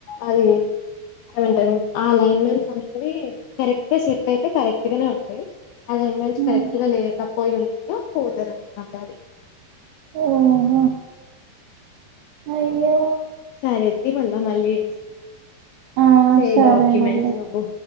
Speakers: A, on the left; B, on the right.
A: అది ఏమంటారు ఆ అలైన్మెంట్స్ అనేవి కరెక్ట్ గా సెట్ అయితే కరెక్ట్ గానే ఉంటాయి అలైన్మెంట్స్
B: ఆ.
A: కరెక్ట్ గా లేకపోయి ఉంటే పోతదన్నమాట అది
B: ఓహో అయ్యో
A: సరే అయితే మళ్ళా మళ్ళీ చేస్తా
B: ఆ
A: చేయి
B: సరే
A: డాక్యుమెంట్
B: మళ్ళీ
A: నువ్వు